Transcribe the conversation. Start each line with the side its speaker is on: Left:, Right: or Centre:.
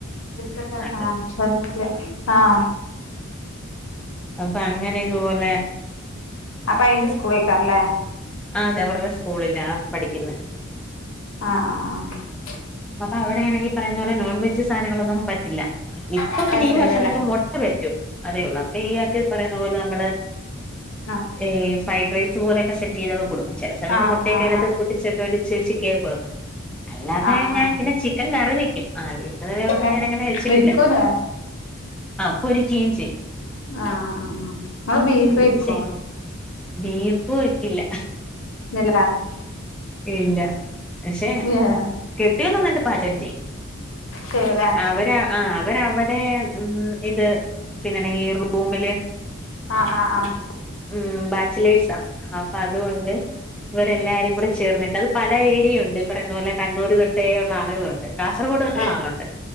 Left: വിളിക്കാട്ടോ
Centre: ആക്ക്
Left: ആഹ് വന്നിട്ടില്ല ആഹ്
Centre: അപ്പഅങ്ങനെ ഇതുപോലെ
Left: അപ്പാ അയിന്റെ സ്കൂളേക്കാരലെ
Centre: ആഹ് അതെ അവർടെ സ്കൂളില്ലാ പഠിക്ക്ന്നെ
Left: ആ അ ആ
Centre: അപ്പൊ അവിടെയാണെങ്കിൽ പറയുന്ന പോലെ നോൺ വെജ് സാനങ്ങളൊന്നും പറ്റില്ല അപ്പൊ
Left: ആഹ് പറ്റൂലല്ലേ
Centre: പിന്നെ ഈ വർഷം തൊട്ട് മൊട്ട പറ്റും അതേ ഒള്ളൂ അപ്പേ ഈയാക്ക് പറയുന്ന പോലെ നമ്മള്
Left: ആഹ്
Centre: ഏഹ് ഫ്രൈഡ്റൈസ് പോലൊക്കെ സെറ്റ് ചെയ്തക്കെ കൊടുക്കും ചെല
Left: ആഹ്
Centre: സമയത്ത് മുട്ടക്കയിനകത്
Left: ആഹ് ആഹ്
Centre: പോടി <unintelligible> ചേച്ചി ക്ക് കൊടുക്കും, അല്ലാതെ
Left: ആഹ് ആഹ്
Centre: ഞാൻ
Left: ആഹ്
Centre: പിന്നെ ചിക്കൻ കറി വെക്കും ആഹാ.. ! അത് വേറൊന്നും
Left: ഒക്കെ
Centre: ഞാനങ്ങനെ വെച്ചിട്ടില്ല
Left: പൊരിക്കൂലേ
Centre: ആ പൊരിക്കീം ചെയ്യും
Left: ആഹ് അ ആ ങ്ങൾ ബീഫ്
Centre: പിന്നെ
Left: കഴിക്കോ
Centre: ചെ ബീഫ് വെക്കില്ല.
Left: <unintelligible>
Centre: ഇല്ല പക്ഷേ
Left: ഏഹ്
Centre: കെട്ടിയോൻ നന്നായിട്ട് പാചകം ചെയ്യും
Left: ചെയ്യൂലേ
Centre: എ അവരാ ആഹ് അവര് അവടെ ഉ ഇത് പിന്നണങ്കി റൂമില്
Left: ആഹ് ആഹ് ആഹ്
Centre: മ് ബാച്ചിലേഴ്സ അപ്പൊ അതുകൊണ്ട് ഇവരെല്ലാരും കൂടെ. ചേർന്നിട്ട് അത് പല ഏരിയ ഉണ്ട് ഇപ്പ റയുന്ന പോലേ കണ്ണൂർ തൊട്ടേ ഒള്ള ആൾകളുണ്ട് കാസർഗോഡ് പെട്ടുള്ള
Left: ആഹ്
Centre: ആളുണ്ട്